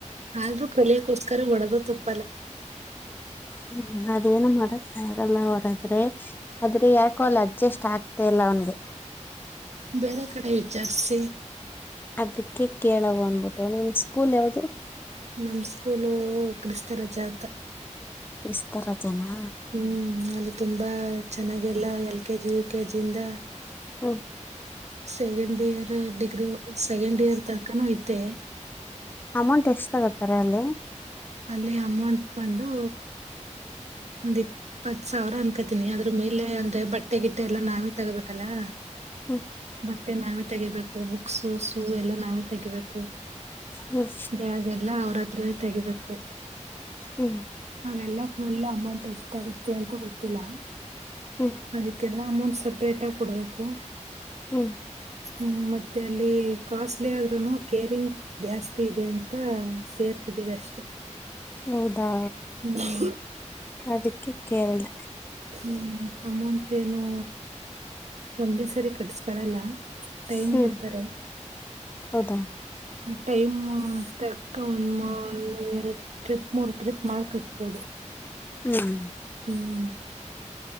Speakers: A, on the right; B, on the left.
A: ಆದ್ರೂ ಕಲಿಯಕೋಸ್ಕರ ಹೊಡುದ್ರು ತಪ್ಪಲ್ಲಾ.
B: ಹು ಅದೇನು ಮಾಡಕಾಗಲ್ಲಾ ಅವಗಾದ್ರೆ ಆದ್ರೆ ಯಾಕೆ. ಕೋಲ್ ಅಡ್ಜಸ್ಟ್ ಆಗತ್ತಾ ಇಲ್ಲಾ ಅವನಿಗೆ.
A: ಬೇರೆ ಕಡೆ ವಿಚಾರಿಸಿ.
B: ಅದಕ್ಕೆ ಕೇಳವು ಅನ್ಬಿಟ್ಟು ನಿಮ ಸ್ಕೂಲ್ ಯಾವುದು.
A: ನಮ್ಮ ಸ್ಕೂಲು ಕ್ರಿಸ್ತ ರಜಾ ಅಂತಾ.
B: ಕ್ರಿಸ್ತರಜಾ ನಾ.
A: ಹು ಅಲ್ಲಿ ತುಂಬಾ ಚೆನ್ನಾಗೆಲ್ಲಾ L K G U K G ಇಂದ.
B: ಹು
A: second year degree second year ತನಕನೂ ಐತೆ.
B: ಅಮೌಂಟ್ ಎಷ್ಟು ತಗತ್ತಾರೆ ಅಲ್ಲಿ.
A: ಅಲ್ಲಿ ಅಮೌಂಟ್ ಬಂದು. ಒಂದ ಇಪ್ಪತ್ ಸಾವಿರ ಅನ್ಕತೀನಿ ಅದ್ರ ಮೇಲೆ ಅಂದ್ರೆ ಬಟ್ಟೆ ಗಿಟ್ಟ ಎಲ್ಲಾ ನಾವೇ ತಗೋಬೇಕಲ್ಲಾ.
B: ಹು
A: ಬಟ್ಟೆ ನಾವೇ ತೆಗಿಬೇಕು ಬುಕ್ಸು ಸೂ ಎಲ್ಲ ನಾವೇ ತೆಗಿಬೇಕು.
B: ಹ್ಮ್
A: ಬ್ಯಾಗ ಎಲ್ಲಾ ಅವರ ಹತ್ರಾನೆ ತೆಗಿಬೇಕು.
B: ಹು
A: ಅವೆಲ್ಲಾ ಫುಲ್ ಅಮೌಂಟ್ ಎಷ್ಟ ಆಗುತ್ತೆ ಅಂತ ಗೊತ್ತಿಲ್ಲಾ.
B: ಹು
A: ಅದಕ್ಕೆಲ್ಲಾ ಅಮೌಂಟ್ ಸಪ್ರೇಟಾಗಿ ಕೊಡಬೇಕು.
B: ಹು
A: ಹು ಮತ್ತೆ ಅಲ್ಲಿ ಕಾಸ್ಟ್ಲಿ ಆದ್ರುನು ಕೇರಿಂಗ್ ಜಾಸ್ತಿ ಇದೆ ಅಂತಾ ಸೇರ್ತಿದೀವಿ ಅಷ್ಟೆ.
B: ಹೌದಾ
A: ಹು
B: ಅದಕ್ಕೆ ಕೇಳ್ದೆ.
A: ಹ್ಮು ಅಮೌಂಟ್ ಏನೋ ಒಂದೇ ಸರಿ ಕಟ್ಸಕಳಲ್ಲ ಟೈಮ್
B: ಹ್ಮ್
A: ಕೊಡ್ತಾರೆ.
B: ಹೌದಾ
A: ಆ ಟೈಮ್ ತಕ್ಕ <unintelligible> ಟ್ರಿಪ್ ಮೂರು ಟ್ರಿಪ್ ಮಾಡಡಿ ಕಟ್ಬೋದು.
B: ಹ್ಮು
A: ಹ್ಮು